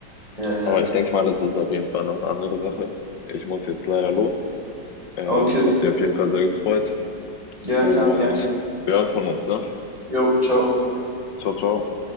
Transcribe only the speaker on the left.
Aber ich denke mal, das ist auf jeden Fall noch eine andere Sache. Ich muss jetzt leider los. Ähm,
hat mich auf jeden Fall sehr gefreut.
Und
wir hören von uns, ne?
Ciao, ciao.